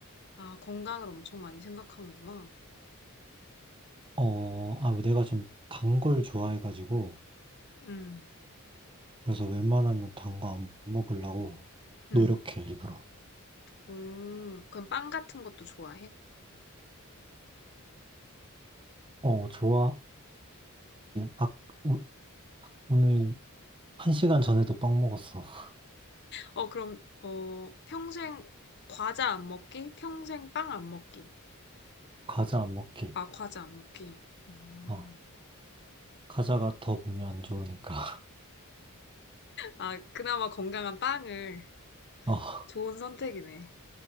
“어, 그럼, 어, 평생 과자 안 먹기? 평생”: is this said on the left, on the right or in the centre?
Left